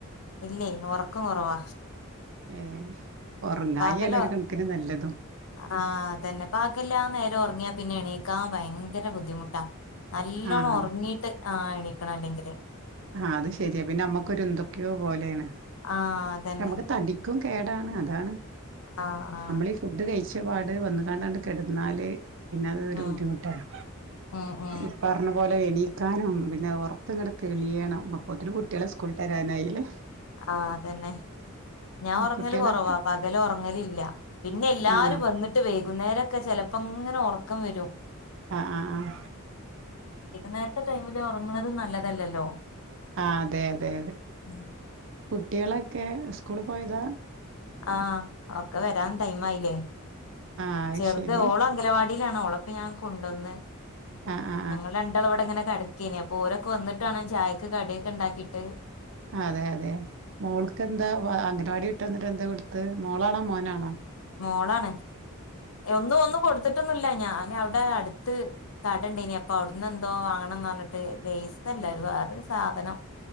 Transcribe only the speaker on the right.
ഏ ഉറങ്ങായിയാണ്
ഒരു കണക്കിന് നല്ലതും
ആഹ്
ആ അത്ശെരിയാ പിന്നെ മ്മക്കൊരു എന്തക്കയോ പോലെയാണ്
നമ്മക് തടി ക്കും കേടാണ് അതാണ്.
നമ്മളീ ഫുഡ്‌ കഴിച്ച് പാട് വന്ന്‌ക്കാണ്ടങ്ട് കെടന്നാല് പിന്നതൊരു
ബുദ്ധിമുട്ടായി
ഇപ്പർണ പോലെ എണീക്കാനും പിന്നെ ഒർക്കങ്ട് എളിയണ മ അപ്പോത്തെനും കുട്ടിയള സ്ക്കൂള് വിട്ട് വരാനായിലെ
കുട്ടികളൊക്കെ
ആഹ്
അ അ ആഹ്
ആ അതെ അതെ
കുട്ടിയളൊക്കെ സ്കൂള് പോയതാ?
ആ അത്
ശരി
ആ ആ
അതെ അതെ മോൾക്ക് എന്താ വ അങ്ങ <unintelligible> <unintelligible> വന്നിട്ട് എന്താ കൊടുത്തെ മോളാണ? മോനാണ?